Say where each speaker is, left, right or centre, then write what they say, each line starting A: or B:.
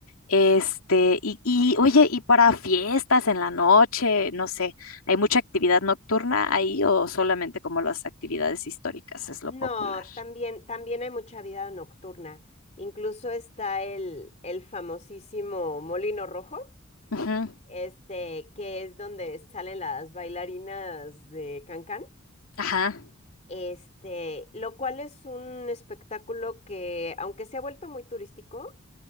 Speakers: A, on the left; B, on the left.
A: Este, y, y oye, ¿y para fiestas en la noche? No sé, ¿hay mucha actividad nocturna ahí o solamente como las actividades históricas es lo
B: No,
A: popular?
B: también, también hay mucha vida nocturna. Incluso está el, el famosísimo Molino Rojo,
A: Ujú,
B: este, que es donde salen las bailarinas de Cancán.
A: Ajá,
B: Este, lo cual es un espectáculo que, aunque se ha vuelto muy turístico,